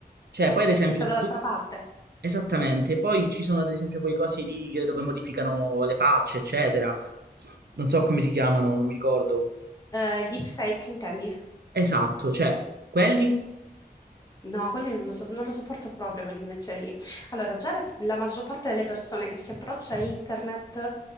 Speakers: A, on the right; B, on the left.
A: cioè poi ad
B: è
A: esempio
B: chi sta dall'altra
A: tu...
B: parte.
A: Esattamente, poi ci sono ad esempio quei cosi lì che- dove modificano le facce, eccetera, non so come si chiamano, non mi ricordo.
B: Eh, il deepfake intendi?
A: Esatto, cioè, quelli
B: No, quelli non lo, so- non lo sopporto proprio, quell'invenzione lì. Allora, già le- la maggior parte delle persone che si approccia a internet